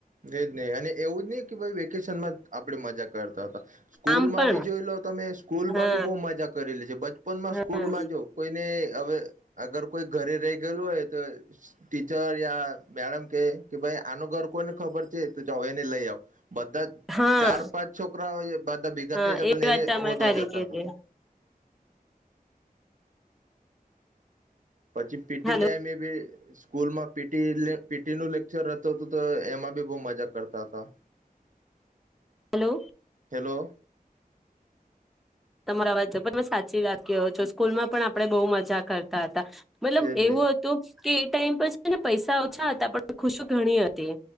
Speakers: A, on the right; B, in the centre.
A: એજ નહ અને એવું જ નહિ કે ભાઈ વેકેશન માં આપડે મજા કરતા. સ્કૂલમાં
B: આમ પણ
A: ભી જોઈ લો તમે સ્કૂલમાં
B: હા
A: બી બહુ મજા કરેલી છે બચપનમાં
B: હા
A: સ્કૂલમાં જો કોઈને હવે અગર કોઈ ઘરે રહી ગયેલું હોય તો ટીચર યા મેડમ કે કે ભાઈ આનો ઘર કોઈને ખબર છે તો જાવ એને લઈ આવ. બધા
B: હા
A: ચાર પાંચ છો. <inaudible> બધા ભેગા
B: હા
A: થઈ જતા તો
B: એ
A: એને
B: વાત તમે
A: હોદવા
B: ખરી
A: જતા
B: કીધી
A: હતા પછી પીટી
B: હલો
A: ટાઈમે ભી સ્કૂલમાં પીટી લે પીટી નું લેક્ચર હતું. તો એમાં બી ખૂબ મજા કરતા હતા.
B: હેલો.
A: હેલો
B: બરાબર. તમે સાચી વાત કહો છો સ્કૂલ માં પણ આપણે બહુ મજા કરતા કરતા. મતલબ
A: એજ
B: એવું
A: ને
B: હતું. કે એ ટાઈમ પર છે ને, પૈસા ઓછા હતા પણ ખુશી ઘણી હતી.